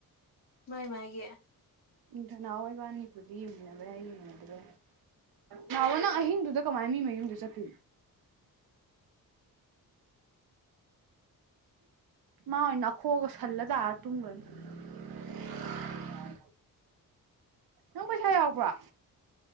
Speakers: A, on the left; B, on the right.
A: ꯃꯥꯏ ꯃꯥꯥꯏ ꯌꯦ
B: ꯎꯝ ꯊ ꯅꯍꯋꯥꯏ ꯏꯕꯥꯅꯤꯄꯨꯔꯗꯤ ꯌꯦꯡꯃꯤꯟꯅꯕ ꯌꯥꯏ ꯌꯦꯡꯃꯤꯟꯅ ꯑꯗꯨ ꯅꯍꯥꯋꯥ ꯅꯪ ꯑꯍꯤꯡꯗꯨꯗ ꯀꯃꯥꯏꯅ ꯃꯤ ꯃꯌꯨꯝꯗꯨ ꯆꯠꯀ ꯃꯥꯏꯅꯈꯣꯛꯑꯒ ꯁꯜꯂꯗ ꯇꯨꯝꯒ ꯇꯨꯝꯒꯔꯅꯤ ꯅꯪ ꯄꯩꯁꯥ ꯌꯥꯎꯕ꯭ꯔꯣ